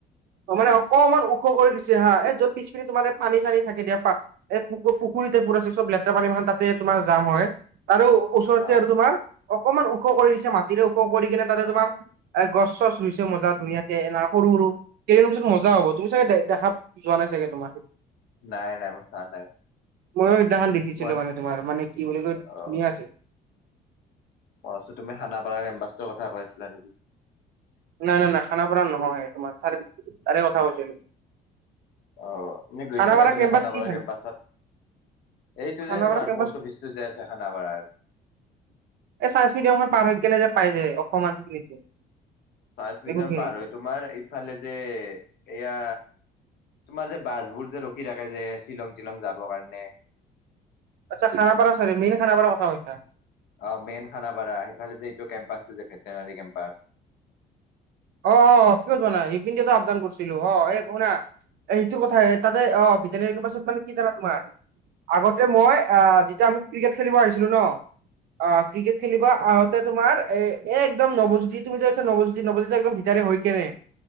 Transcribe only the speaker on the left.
অ
নাই নাই মই চাহান নাই
মই
অ
অ তুমি খানাপাৰা কেম্পাছটোৰ কথা কৈছিলা নেকি।
অ ইনেই গৈছানে
তুমি
খানাপাৰা
কেম্পাছত? এইটো
যে তোমাৰ
পষ্ট অফিচটো যে আছে খানাপাৰাৰ।
চাইন্স মিউজিয়াম
পাৰ হয় তোমাৰ ইফালে যে এয়া। তোমাৰ যে বাছবোৰ যে ৰখি থাকে যে শ্বিলং তিলং যাবৰ কাৰণে।
অ মেইন খানাপাৰা সেইফালে যে এইটো কেম্পাচটো যে ভেটেনাৰী কেম্পাচ।